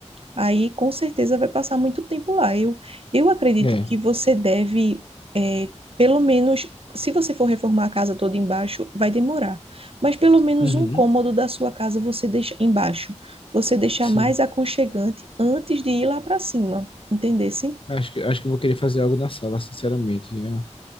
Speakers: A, on the right; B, on the left.
A: aí com certeza vai passar muito tempo lá. Eu, eu acredito
B: É.
A: que você deve, é, pelo menos, se você for reformar a casa toda embaixo, vai demorar. Mas pelo menos
B: Uhum.
A: um cômodo da sua casa você deixa embaixo. Você deixar
B: Sim.
A: mais aconchegante antes de ir lá para cima, entendesse?
B: Acho que, acho que eu vou querer fazer algo na sala, sinceramente. É,